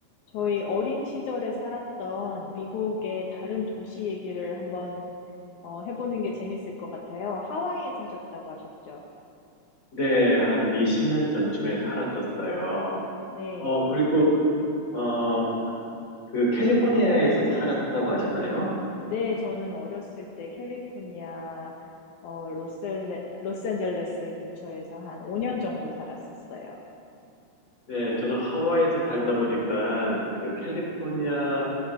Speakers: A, on the left (about 70°); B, on the left (about 25°).
A: 저희 어린 시절에 살았던 미국의 다른 도시 얘기를 한번 어, 해보는 게 재밌을 것 같아요. 하와이에 사셨다고 하셨죠?
B: 네, 한 20년 전쯤에 살았었어요.
A: 네.
B: 어, 그리고, 어, 그 캘리포니아에서 살았다고 하셨나요?
A: 네, 저는 어렸을 때 캘리포니아, 어, 로셀레, 로스앤젤레스 근처에서 한 5년 정도 살았었어요.
B: 네, 저도 하와이에서 살다 보니까 그 캘리포니아에서